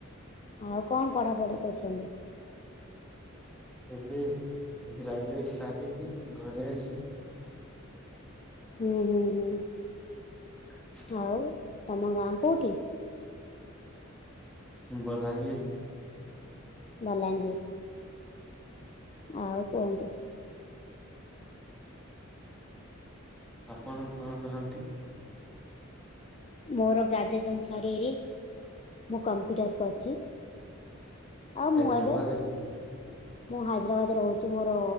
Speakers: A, on the left; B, in the centre.
A: ଆଉ କଣ ପଢ଼ାପଢ଼ି କରୁଛନ୍ତି?
B: ଏଯୁ ଗ୍ରାଜୁଏଟ ସାରିକି ଘରେ ଅଛି।
A: ହୁଁ ହୁଁ ହୁଁ।
B: ହ <unintelligible>
A: ହଉ ତମ ଗାଁ କୋଉଠି?
B: ବଲାଙ୍ଗୀର।
A: ଭଲାଙ୍ଗୀ ଆଉ କୁହନ୍ତୁ?
B: ଆପଣ କଣ କରନ୍ତି?
A: ମୋର ଗ୍ରାଜୁଏସନ୍ ସରରି ମୁଁ କମ୍ପ୍ୟୁଟର କରୁଛି। ଆ
B: ହାଇଦ୍ରାବାଦରେ
A: ମୁଁ ଏବେ ମୁଁ ହାଇଦ୍ରାବାଦ ରହୁଛି ମୋର